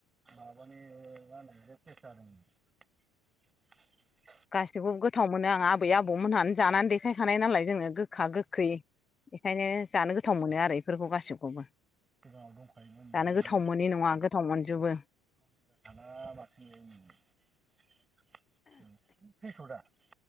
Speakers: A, on the right; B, on the left.
A: माबानि मानो <unintelligible> <inaudible>
B: गासिबो गोथाव मोनो आं आबै आबौ मोनहानो जानानै देखायखानाय नालाय जोंनो गोखा गोखै। इखायनो जानो गोथाव मोनो आरो। फोरखौ गासिबखौबो
A: सिगाङाव दंखायोमोन नोंथांनि
B: जानो गोथाव मोनि नङा गोथाव मोनजोबो।
A: <unintelligible>